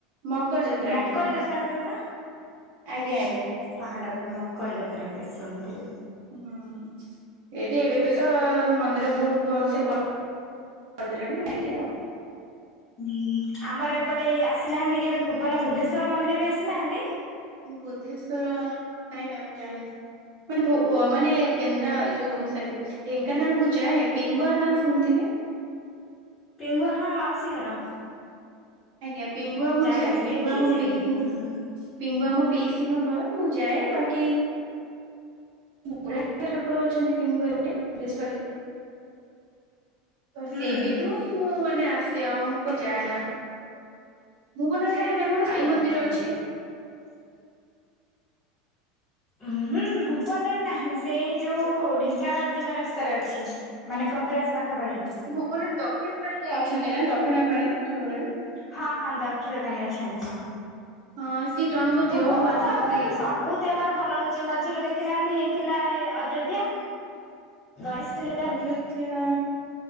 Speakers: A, on the right; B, on the left.
A: ମକର ଯାତ୍ରା
B: ମ ମକର
A: ଆଜ୍ଞା ଆଜ୍ଞା
B: ଯାତ୍ରା ହଉଥୁବ ନା?
A: ଆଜ୍ଞା ଆଜ୍ଞା
B: ପାହାଡ଼ ଓପରେ ମକର ଯାତ୍ରା ହୁଏ ଶୁଣିଥିଲି।
A: ହୁଁ ଏଇଠି ଏବେ ଏବେ ତ ମନ୍ଦିର ବହୁତ ଭଲସେ କ ଅରିଦେଲେଣି ଏଜିଟି ଆଉ।
B: ହୁଁ ଆମର ଏପଟେ ଆସିନାହାଁନ୍ତି କି ଏବେ ଭୁବନ ବୁଦ୍ଧେଶ୍ୱର ମନ୍ଦିର ବି ଆସି ନାହାଁନ୍ତି?
A: ଉଁ ବୁଦ୍ଧେଶ୍ୱର ନାଇଁ ମ୍ୟାମ୍ ଯାାଇନି। ମାନେ ଭୁ ଉଅ ମାନେ କେନ୍ଦ୍ର ଯୋଉ ସରି। ଢେଙ୍କାନାଳ ମୁଁ ଯାଏ ପିଙ୍ଗୁଆ ନାଁ ଶୁଣିଥିବେ।
B: ପେଙ୍ଗୁଆ ହଁ ମାଉସୀ ଘର।
A: ଆଜ୍ଞା ପିଙ୍ଗୁଆ ମୁଁ
B: ଜାଣିଛି
A: ଯାଏ ପିଙ୍ଗୁଆ
B: ଦେଖିଛି
A: ମୋ ପିସିଙ୍କ
B: ବି ହୁଁ
A: ପିଙ୍ଗୁଆ ମୋ ପିଇସିିଙ୍କ ଘର ମୁଁ ଯାଏ ବାକି ବୁଢ଼ା <inaudible> ଠାକୁର ଅଛନ୍ତି ପିଙ୍ଗୁଆ ଗୋଟେ ଅଲିସ୍ ବାଡ଼ିରେ। ତ ସେଇଠୁ
B: ହୁଁ
A: ହିଁ ମୁଁ ମାନେ ଆସେ ଆଉ ମୁଁ କୁ ଯାଏନା। ଭୁବନରେ ମ୍ୟାମ୍ ଗୋଟେ
B: ଆଚ୍ଛା।
A: ମନ୍ଦିର ଅଛି।
B: ହୁଁ ହୁଁ ଭୁବନରେ ନାହିଁ ସେଇ ଯୋଉ ଢେଙ୍କାନାଳ ଯିବା ରାସ୍ତାରେ ଅଛି। ମାନେ କପିଳାସ ପାଖାପାଖି।
A: ଓନରେ ଦକ୍ଷିଣ କାଳୀ ଅଛନ୍ତି ନା ଦକ୍ଷିଣ କାଳୀ ଠାକୁରାଣୀ?
B: ହଁ ହଁ ଦକ୍ଷିଳ କାଣି ଅଛନ୍ତି ହଁ।
A: ହଁ ସିଏ ଜଣଙ୍କ
B: ଭୁବନ
A: ଦେହକୁ ଆସନ୍ତି
B: ତ ଆମର ଏବେ ସବୁ ତେମାର ଭଲ ହଉଚି ମଝିରେ ଦେଖିନାହାନ୍ତି ହେଇଥିଲା ଏ ଅଯୋଧ୍ୟା ଗଣେଶ ପୂଜା
A: ମୁଁ ଯୋଉ ଥିବା